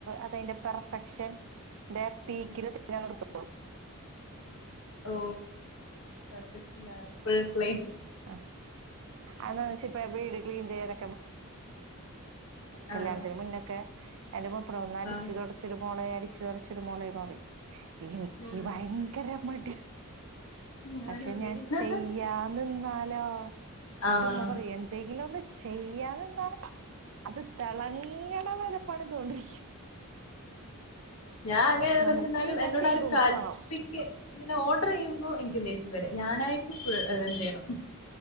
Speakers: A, on the right; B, on the left.
A: അതതിന്റെ പെർഫെക്ഷൻ ൻ്റെ പീക്ക്ല്
B: ഉം
A: തന്നെ അങ്ങണ്ട് തൊട
B: ഓ പെർഫെക്ഷന ഫ്രീപ്ലേ
A: ആ അതന്ന വെച്ച ഇപ്പ വീട് ക്ലീൻ ചെയ്യാന കല്യാണത്തിന്
B: ആഹ്
A: മുന്നൊക്കെ എന്റെ മൂപ്പ ഒന്ന അടിച്ചൊടു
B: ആഹ്
A: അച്ചിടു പോണേ അടിച്ച്തുടച്ചിടു പോണേന്ന് പറയും എനിക്ക്
B: ഉം
A: ഭയങ്കര മടി
B: ഞാനും
A: പക്ഷെ
B: അങ്ങനെയാ
A: ഞാൻ ചെയ്യ നിന്നാലോ
B: ആഹ്
A: ആട്ട ഉമ്മ പറയും എന്തെങ്കിലും ഒന്ന് ചെയ്യാന്ന്ന്നാ അത് തിളങ്ങണ വേറെ പണിത്തോണ്ടിരിക്കും
B: ഞാൻ അങ്ങനെത്
A: നമ്മൾ
B: പക്ഷെ എന്നാലും
A: ചെയ്താ
B: എന്നോട്
A: ചെയ്തുന്ന്
B: ആരും കല്പിക്ക
A: തോന്നണം
B: ഇങ്ങനെ ഓർഡർ ചെയ്യുമ്പോ എനിക്ക് ദേശ്യം വെരും ഞാനായിട്ട് ഫുൾ എല്ലാം ചെയ്യണം